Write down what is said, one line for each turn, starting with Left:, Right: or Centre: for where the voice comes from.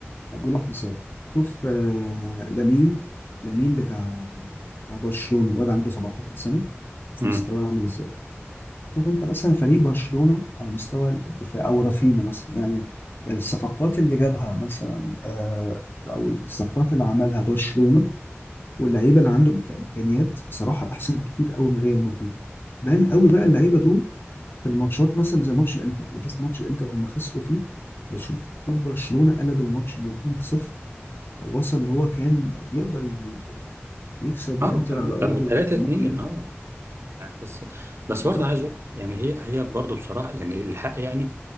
Left: ادي لك مثال شوف آه لامين لامين بتاع بتاع برشلونه واد عنده 17 سنه شوف
Right: امم
Left: مستواه عامل ازاي شوف انت مثلا فريق برشلونه على مستوى الدفاع او رافينا مثلا يعني الصفقات اللي جابها مثلا آه او الصفقات اللي عملها برشلونه واللعيبه اللي عندهم كامكانيات بصراحه احسن كتير قوي من ريال مدريد بان قوي بقى اللعيبه دول في الماتشات مثلا زي ماتش الانتر يعني شوف ماتش الانتر هم خسروا فيه بس شوف شوف برشلونة قلب الماتش من 2-0 وصل اللي هو كان يقدر ي- يعني يكسب
Right: اه
Left: الانتر
Right: كان-
Left: على ارضه
Right: كانوا 3
Left: وكان
Right: 2
Left: ممكن يطلع
Right: اه بس بس
Left: بالظبط
Right: برضه عايز اقول لك يعني هي هي برضه بصراحة يعني الحق يعني